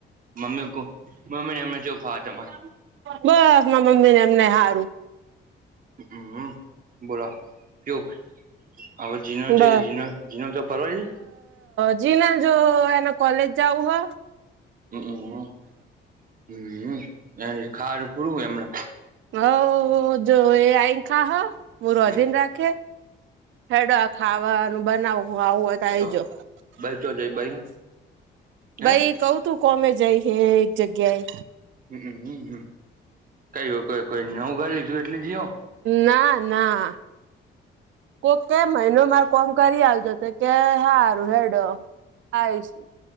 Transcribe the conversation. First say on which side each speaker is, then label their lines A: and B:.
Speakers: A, on the right; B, on the right.
A: મમ્મી મમ્મીને એમને જેવું ફાવ તમારે.
B: બસ મા મમ્મી ને એમને હારું.
A: હમ બોલો. કેવુંક હવે જીનો છે
B: બસ
A: જીનો તો ફરવા જાય.
B: જીના જો એને કોલેજ જવું હે.
A: હમમ હમ એ ખાર પૂરુંય એમને.
B: હવ જો એ આઈ ખાહ મું રોધીન
A: હમ હમ
B: રાખે હેડ આખ. ખાવાનું બનાવ હું આવું. આઈ
A: તો
B: જો
A: બાઈ ચો જઈ બાઈ
B: ભાઈ
A: હે
B: કવ તું. કોમે જાય હે એક જગ્યાએ.
A: હમ હ કઈ કોઈ કોઈ નવું ઘર લીધું એટલે જીઓ.
B: ના ના. કોક કે મહિનો માર કોમ કરી આલજો તો કે હારું હેડો. આવીશ.